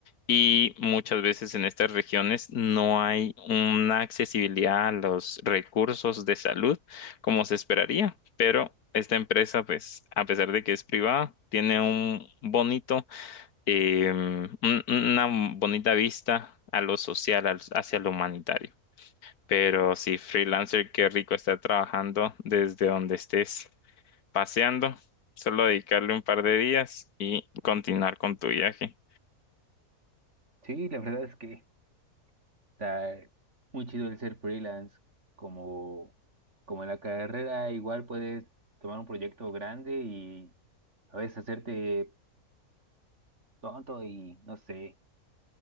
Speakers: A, on the left (about 75°); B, on the right (about 50°).
A: Y muchas veces en estas regiones no hay una accesibilidad a los recursos de salud como se esperaría. Pero esta empresa, pues, a pesar de que es privada, tiene un bonito eh, un- una bonita vista a lo social, al- hacia lo humanitario. Pero sí, freelancer, qué rico estar trabajando desde donde estés paseando. Solo dedicarle un par de días y continuar con tu viaje
B: Sí, la verdad es que Está muy chido el ser freelance, como, como en la carrera, igual puedes tomar un proyecto grande y a veces hacerte tonto y no sé,